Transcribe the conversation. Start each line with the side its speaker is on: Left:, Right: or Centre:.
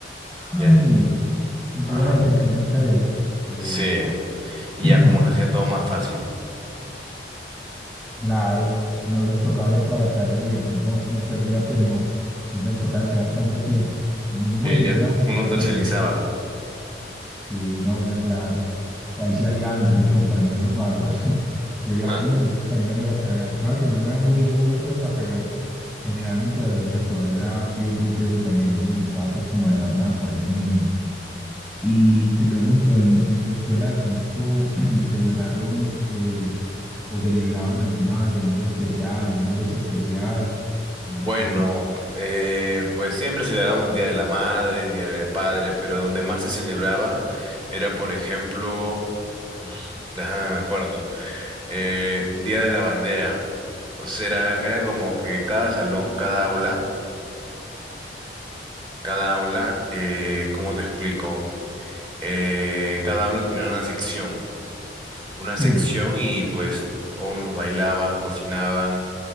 Centre: Ah,
Right: Ya.
Centre: sí, empezaban
Right: Ajá.
Centre: a intercambiar tareas. Qué
Right: Sí,
Centre: bueno.
Right: y
Centre: <clears throat>
Right: ya como se hacía todo más fácil.
Centre: Claro, no les tocaba hacer todas las tareas y de pronto no perdía, pues no, no les tocaba emplear tanto tiempo. Bueno,
Right: Y ya
Centre: una buena
Right: uno
Centre: estrategia.
Right: tercerizaba.
Centre: Sí, una buena, claro. Ahí se aliaban entre los compañeros vagos. <laughs> Yo,
Right: Ajá.
Centre: a mí sí me tocó también hacer las tareas. Claro que alguna vez no hice una que otra, pero generalmente las hacía todas. Era bien juicioso también. No me gustaba pues como dejar nada por ahí pendiente. Y te pregunto, ¿en, en tu escuela de pronto <clears throat> celebraron eh, o celebraban alguna semana especial, alguna fecha especial?
Right: Bueno,
Centre: O no?
Right: eh, pues siempre celebrábamos Día de la Madre, Día del Padre, pero donde más se celebraba era, por ejemplo, uf, déjame me acuerdo, eh, Día de la Bandera. O sea, era, era como que cada salón, cada aula, cada aula, eh, ¿cómo te explico? Eh, cada aula tenía una sección, una sección
Centre: Sí.
Right: y pues unos bailaban, cocinaban.